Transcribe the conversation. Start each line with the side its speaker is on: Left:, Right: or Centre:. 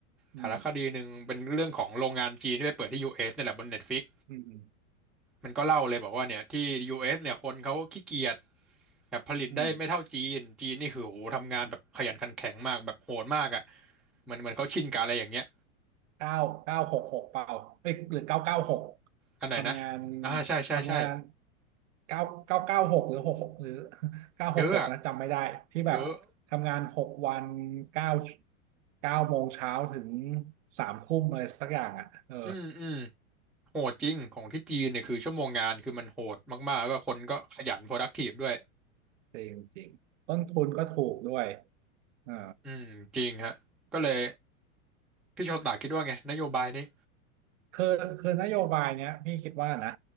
Right: อืม
Centre: สารคดีหนึ่งเป็นเรื่องของโรงงานจีนที่ไปเปิดที่ US นี่แหละบน Netflix
Right: อืมอ
Centre: มันก็เล่าเลยบอกว่าเนี่ยที่ US เอสเนี่ยคนเขาขี้เกียจแบบผลิตได้ไม่เท่าจีนจีนนี่คือโหทำงานแบบขยันขันแข็งมากแบบโหดมากอ่ะ
Right: ืม
Centre: เหมือนเหมือนเขาชินกับอะไรอย่างเงี้ย
Right: เก้าเก้าหกหกเปล่าเอ้ยหรือเก้าเก้าหก
Centre: อันไหนนะอ่าใช่ใช่ใช่
Right: ทำงานทำงานเก้าเก้าเก้าหกหรือหกหกหรือ <laughs> เก้าหกหกนะจำไม่ได้ที่แบบทำงานหกวันเก้า
Centre: เยอะอ่ะเยอะ
Right: เก้าโมงเช้าถึงสามทุ่มอะไรสักอย่างอ่ะเออ
Centre: อืมอืมโหดจริงของที่จีนเนี่ยคือชั่วโมงงานคือมันโหดมากๆแล้วก็คนก็ขยัน productive ด้วย
Right: จริงจริงต้นทุนก็ถูกด้วยเออ
Centre: อืมจริงฮะก็เลยพี่โชตาคิดว่าไงนโยบายนี้
Right: คือคือนโยบายเนี้ยพี่คิดว่านะ